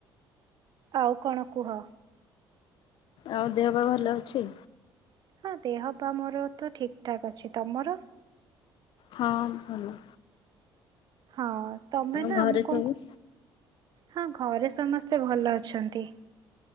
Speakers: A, on the right; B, on the left.
A: ଆଉ କଣ କୁହ?
B: ଆଉ ଦେହ ପା ଭଲ ଅଛି?
A: ହଁ ଦେହ ପା ମୋର ତ ଠିକ ଠାକ ଅଛି। ତମର?
B: ହଁ ଭଲ।
A: ହଁ। ତମେ
B: ଆଉ
A: ନା
B: ଘରେ
A: ମୁଁ
B: ସବୁ
A: କଣ କ ହଁ ଘରେ ସମସ୍ତେ ଭଲ ଅଛନ୍ତି।